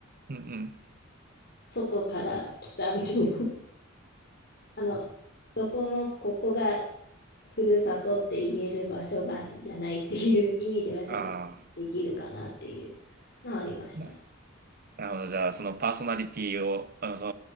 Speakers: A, on the right (about 45°); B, on the left (about 50°).
A: うん、うん。
B: 外から来たみたいな。あの、どこもここがふるさとって言える場所がじゃないっていう意味ではちょっとできるかなっていう
A: あ
B: のはありました。
A: あ、な、なるほど。じゃあ、そのパーソナリティを、あの、そ